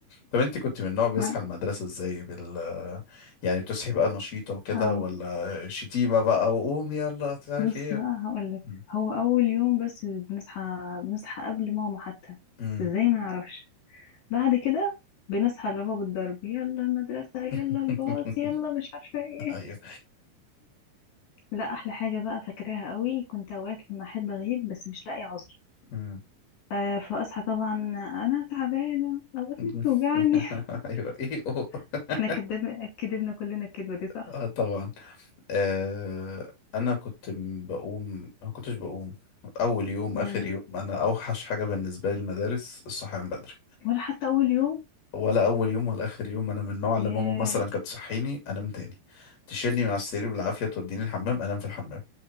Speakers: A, on the left; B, on the left.
A: طب أنت كنت من النوع بيصحى
B: ما-
A: المدرسة إزاي بال يعني بتصحي بقى نشيطة وكده
B: اه
A: ولا شتيمة بقى وقوم يلا مش عارف
B: بصي
A: إيه
B: بقى هقول لك
A: مم.
B: هو اول يوم بس اللي بنصحى بنصحى قبل ماما حتى
A: مم.
B: ازاي ما نعرفش بعد كده بنصحى اللي هو بالضرب يلا المدرسة يلا
A: <laughs>
B: الباص يلا مش عارفة ايه
A: أيوه
B: لا أحلى حاجة بقى فاكراها قوي كنت أوقات لما أحب أغيب بس مش لاقي عذر
A: مم.
B: آه، فأصحى طبعا أنا تعبانة أو بطني
A: <laughs>
B: بتوجعني
A: أيوه إيه أوه.
B: <laughs>
A: <laughs>
B: احنا كدبنا كدبنا كلنا الكدبة دي صح
A: اه طبعا آه انا كنت م- بقوم ما كنتش بقوم اول يوم
B: مم.
A: اخر يوم انا اوحش حاجه بالنسبه لي المدارس الصحيان بدري
B: ولا حتى أول يوم
A: ولا اول يوم ولا اخر يوم انا من النوع اللي
B: ياه
A: ماما مثلا كانت تصحيني انام تاني تشيلني من على السرير بالعافيه توديني الحمام انام في الحمام